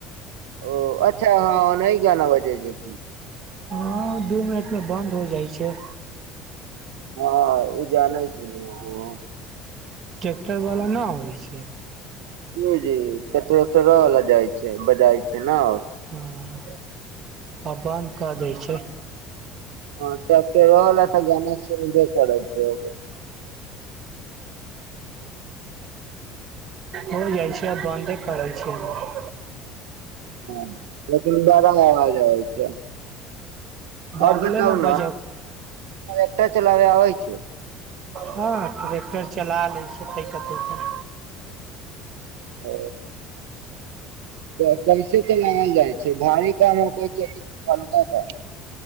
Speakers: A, on the right; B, on the right.
A: ओ अच्छा हँ ओन्हि गाना बजे छै की।
B: हँ, दू मिनट में बन्द हो जाइ छै।
A: हँ ई जानै छी ने हँ।
B: ट्रैेक्टरवला ना अबै छै।
A: जी-जी ट्रेक्टरों वाला जाए छै, बजाइ छै ना।
B: हँ, आ बन्द कऽ दै छै।
A: हँ, टेक्टरों वाला तऽ गाना सुनबे करै छै। <inaudible>
B: हो जाइ छै, आब बन्दे करै छै ओ।
A: हूं, लेकिन बड़ा आवाज आबै छै।
B: बगले
A: आओर बताउ
B: मे
A: ना,
B: बजब
A: र चलाबे आबै छै।
B: हँ ट्रैेक्टर चला लैय छै, तैयके-तैयके।
A: ह। तऽ कैसे त लगल जाइ छै, भारी काम होकै छै कि हल्का काम।